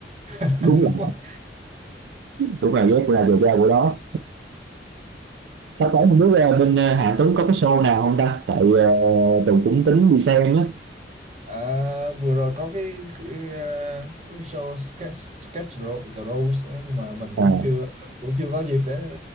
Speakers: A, on the right; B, on the right.
A: <laughs>
B: đúng là đúng là ghét là giờ ra của đó sắp tới không biết ờ, bên ờ, Hà Tuấn có cái show nào không ta tại uh, Tùng cũng tính đi xem á
A: À, vừa rồi có cái ờ, có cái show sketch sketch Ro- the Rose á, nhưng mà mình
B: à,
A: cũng chưa cũng chưa có dịp để